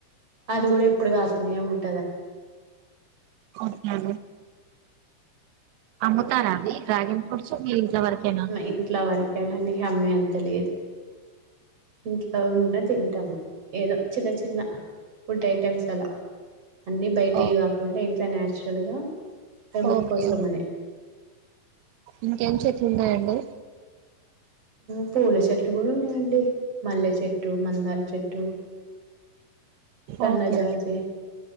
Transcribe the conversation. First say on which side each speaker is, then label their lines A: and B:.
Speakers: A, on the right; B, on the right.
A: అది కూడా ఇప్పుడు కాస్తనే ఉంటుంది
B: ఓకే అమ్మతారది డ్రాగన్ ఫ్రూట్స్ మీ వరకేనా
A: ఇంట్లో వరకేనండి అమ్మా అంత తెలియదు ఇంట్లో ఉన్నా తింటాము ఏదో చిన్న చిన్న ఫుడ్ ఐటెమ్స్ అలా అన్ని బయట
B: ఓ
A: కాకుండా ఇంట్లో న్చురల్ గా పెంపు
B: ఓకే
A: కోసమని
B: ఇంకేం చెట్లు ఉన్నాయండి
A: పూల చెట్లు కూడా ఉన్నాయండి మల్లె చెట్టు మందార చెట్టు సన్నజాజే
B: ఓకే